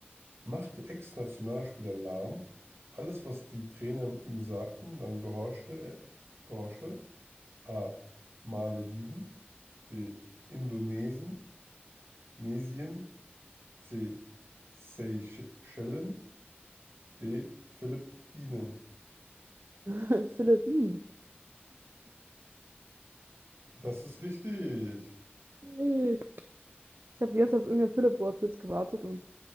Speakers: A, on the right; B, on the right.
A: Machte Ex-Nationalspieler lahm. Alles, was die Trainer ihm sagten, dann gehorchte er. Gehorchte. A. Malediven. B. Indonesien. Nesien. C. Seychellen. D. Philippinen.
B: <laughs> Philippinen.
A: Das ist richtig.
B: Hey. Ich habe die ganze Zeit auf irgendein Philipp-Wortwitz gewartet und